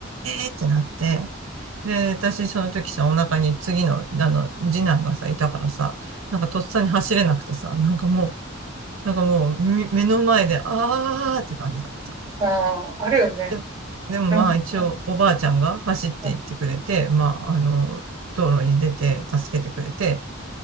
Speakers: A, on the right; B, on the right.
A: えーってなって、で、私、その時さ、お腹に次の、あの、次男がさ、いたからさ、なんかとっさに走れなくてさ、なんかもう、なんかもう、み目の前で、あーって感じだった。
B: あ、あるよね。
A: ででもまあ、
B: うん、
A: 一応、
B: うん、
A: おばあちゃんが走って行ってくれて、
B: うん。
A: まあ、あの、道路に出て、助けてくれて、